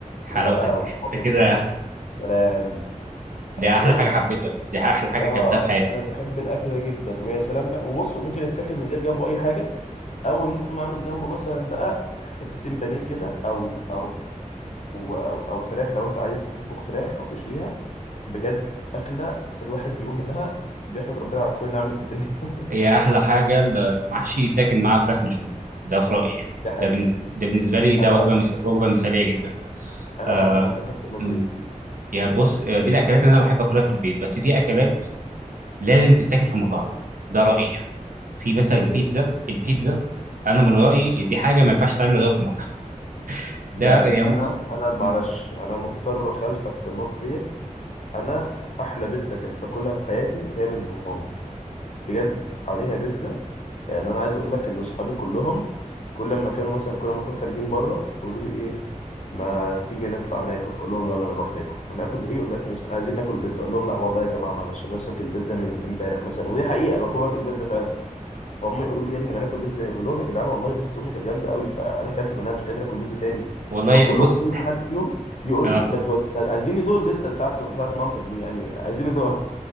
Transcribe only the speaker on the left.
وبقى
وطماطم
وبطاطس سلام
يعني
اه
انا بحب الاكل ده جدا ويا سلام بقى وبص ممكن يتاكل من غير جنبه اي حاجه او ان انت تقوم عامل جنبه مثلا بقى حتتين بانيه كده او او او او فراخ لو انت عايز تطبخ فراخ او تشويها بجد اكله الواحد بيقوم منها بيحمد ربنا على كل نعمه في الدنيا <laughs>
دي حقيقه
انا
انا
برضه متفق في النقطه
دي
زي
ايه
يعني
انا
انا معلش
انا مضطر خلفك في النقطه ديت انا احلى بيتزا كل- باكلها في حياتي هي من ماما بجد عليها بيتزا يعني انا عايز اقول لك ان اصحابي كلهم كل ما كانوا مثلا كل ما نكون خارجين بره يقولوا لي ايه ما تيجي نطلع ناكل فاقول لهم يلا نروح ناكل هناكل ايه يقول لك نفسي عايزين ناكل بيتزا اقول لهم لا والله يا جماعه معلش انا نفسي اكل بيتزا من امبارح مثلا ودي حقيقه بكون واكل بيتزا فعلا فهم يقولوا لي يا ابني ما ناكل بيتزا اقول لهم يا جدعان والله بيتزا امي كانت جامده قوي فانا اكلت منها مش قادر اكل بيتزا تاني
فكلهم
كل ما حد فيهم يقول
لي ما تود... ما- عايزين ندوق البيتزا بتاعته بتاعت مامتك دي يعني عايزين ندوقها